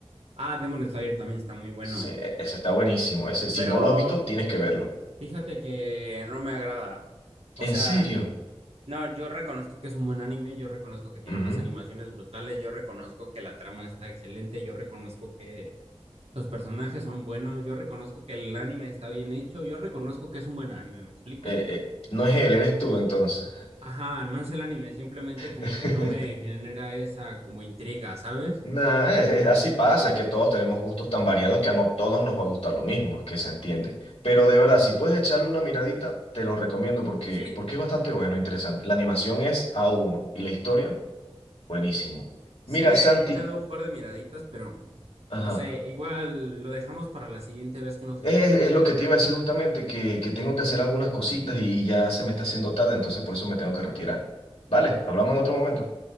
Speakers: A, on the right; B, on the left.
A: Ah, Demon Slayer también está muy bueno,
B: Sí, e, ese está buenísimo. Ese, si
A: pero
B: no lo has visto, tienes que verlo.
A: fíjate que no me agrada. O
B: ¿En
A: sea,
B: serio?
A: no, yo reconozco que es un buen anime, yo reconozco que tiene
B: Ujú.
A: unas animaciones brutales, yo reconozco que la trama está excelente, yo reconozco que los personajes son buenos, yo reconozco que el anime está bien hecho, yo reconozco que es un buen anime, ¿me explico?
B: Eh, eh, no es él, eres tú entonces.
A: Ajá, no es el anime, simplemente como
B: <laughs>
A: que no me genera esa como intriga, ¿sabes?
B: Nah, es- es- así pasa, es que todos tenemos gustos tan variados que a no todos nos va a gustar lo mismo, es que se entiende. Pero de verdad, si puedes echarle una miradita, te lo recomiendo porque,
A: Sí,
B: porque es bastante bueno, interesante. La animación es a uno y la historia, buenísimo.
A: sí
B: Mira,
A: le
B: Santi,
A: he echado un par de miraditas, pero
B: ajá,
A: no sé, igual lo dejamos para la siguiente vez que nos encontremos.
B: es, es lo que te iba a decir justamente, que, que tengo que hacer algunas cositas y ya se me está haciendo tarde, entonces por eso me tengo que retirar. Vale, hablamos en otro momento.